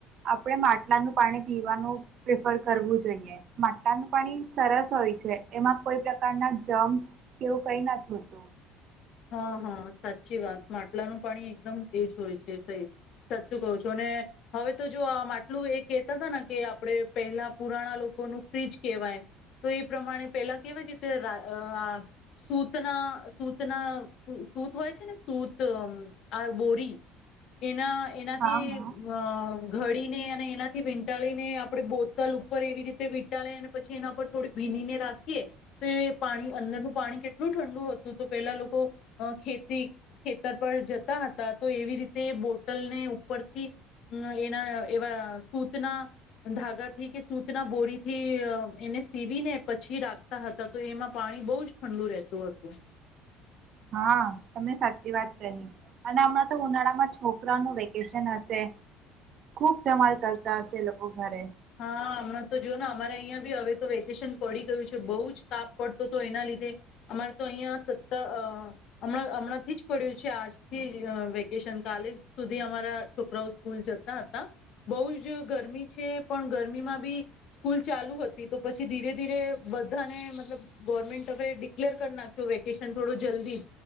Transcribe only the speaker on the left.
હા હા સાચી વાત માટલાનું પાણી એકદમ એ જ હોય છે સાચું કહું છું અને હવે તો જો આ માટલું એ કેહેતા હતા ને કે આપણે પહેલા પુરાણા લોકોનું ફ્રીજ કેહેવાય તો એ પ્રમાણે પેલા કેહેવાય કે અ રા સૂતના સત- ત ના સુત હોય છે ને સુત આર બોરી એના એનાથી
અ ઘડીને અને એનાથી વીંટાળીને આપડે બોતલ ઉપર એવી રીતે વીંટાળે અને પછી એના પર થોડી ભીનીને રાખીએ તો એ પાણી અંદરનું પાણી કેટલું ઠંડુ હતું. તો પેલા લોકો ખેતી ખેતર પર જતા હતા તો એવી રીતે બોટલને ઉપરથી એના એવા સૂતના ધાગાથી કે સૂતના બોરીથી એને સીવીને પછી રાખતા હતા તો એમાં પાણી બહુ જ ઠંડુ રહેતું હતું.
હા હમણાં તો જો ને અમારે અહિયાં બી હવે તો વેકેશન પડી ગયું છે બહુ જ તાપ પડતો હતો એના લીધે અમારે તો અહિયાં સતણાં હમણાં થી જ પડ્યું છે આજથી જ વેકેશન કાલે સુધી અમારા છોકરાઓ સ્કૂલ જતા હતા બહુ જ ગરમી છે. પણ ગરમીમાં બી સ્કૂલ ચાલુ હતી તો પછી ધીરે ધીરે બધાને મતલબ ગવર્મેન્ટ હ ડિક્લેર કરી નાખ્યો વેકેશન થોડો જલ્દી